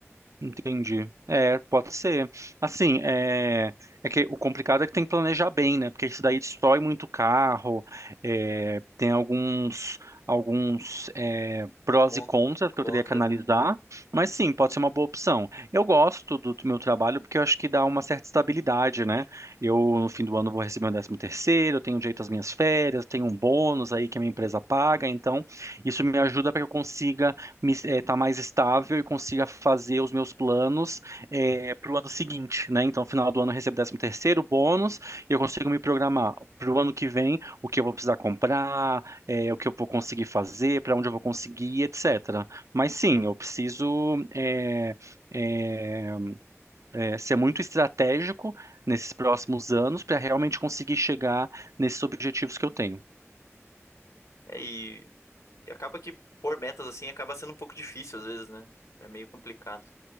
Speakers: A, on the right; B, on the left.
A: Entendi. É, pode ser. Assim, é, é que o complicado é que tem que planejar bem, né? Porque isso daí destrói muito o carro. é, Tem alguns, alguns é, prós
B: Con-
A: e contras que
B: Contras,
A: eu teria que analisar.
B: né?
A: Mas sim, pode ser uma boa opção. Eu gosto do, do meu trabalho porque eu acho que dá uma certa estabilidade, né? Eu, no fim do ano, vou receber um décimo terceiro, eu tenho direito às minhas férias, tenho um bônus aí que a minha empresa paga. Então, isso me ajuda para que eu consiga me, eh, tá mais estável e consiga fazer os meus planos para o ano seguinte, né? Então, no final do ano eu recebo décimo terceiro bônus e eu consigo me programar para o ano que vem o que eu vou precisar comprar, eh, o que eu vou conseguir fazer, para onde eu vou conseguir, etc. Mas sim, eu preciso eh, eh, eh, ser muito estratégico nesses próximos anos para realmente conseguir chegar nesses objetivos que eu tenho.
B: É, e, e acaba que pôr metas assim acaba sendo um pouco difícil às vezes, né? É meio complicado.